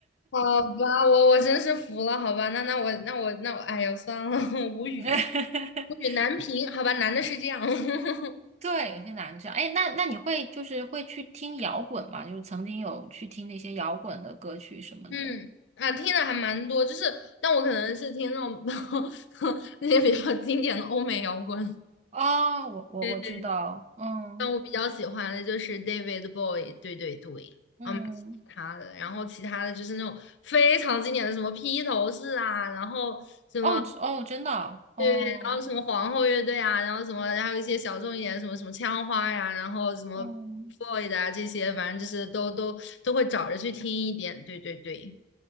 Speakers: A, on the left; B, on the right.
A: 好吧，我我真是服了，好吧，那那我那我那我，哎呀，算了，<laughs> 无语，
B: <laughs>
A: 无语难平，好吧，男的是这样。<laughs>
B: 对，有些男的这样。哎，那那你会就是会去听摇滚吗？就是曾经有去听那些摇滚的歌曲什么的。
A: 嗯，啊，听的还蛮多，就是，但我可能是听那种 <laughs> 那些比较经典的欧美摇滚。
B: 哦，我我我知道，
A: 对
B: 嗯
A: 但我比较喜欢的就是 David Bowie，对对对，
B: 嗯，
A: 啊，蛮喜欢他的。然后其他的就是那种非常经典的，什么披头士啊，然后什么
B: 哦哦，真的啊，哦。
A: 对，然后什么皇后乐队啊，然后什么，还有一些小众一点，什么什么枪花呀，然后什么
B: 嗯，
A: Floyd 啊这些，反正就是都都都会找着去听一点。对对对，